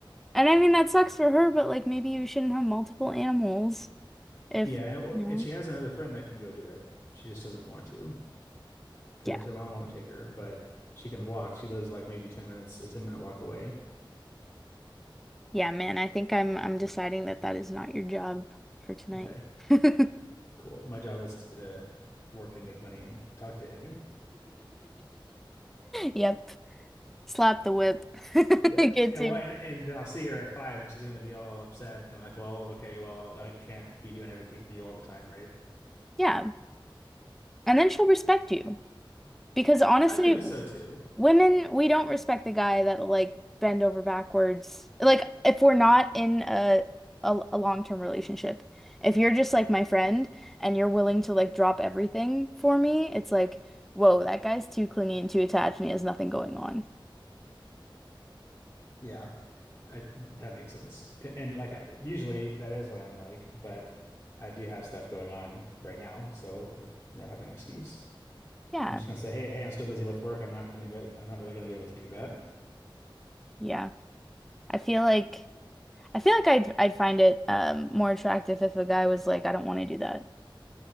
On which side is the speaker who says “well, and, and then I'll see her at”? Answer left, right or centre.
Left